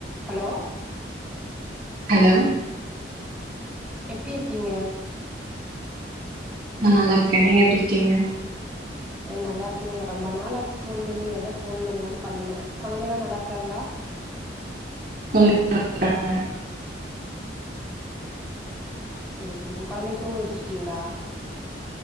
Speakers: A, in the centre; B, on the right.
A: hello
B: hello
A: எப்டி இருக்கீங்க
B: நான் நல்லா இருக்கேன் நீங்க எப்படி இருக்கீங்க
A: ஏ நல்லா இருக்கீங்க ரொம்ப நாளாச்சு ஃபோன் பண்ணி ஏதாவது ஃபோன் பண்ணலான்னு பண்ணுனேன் கொழந்தலா நல்லா இருக்காங்களா
B: குழந்தைக நல்லாக்காங்க
A: சரி சரிங் கொழந்தைய தூங்க வச்சிருக்கீங்கலா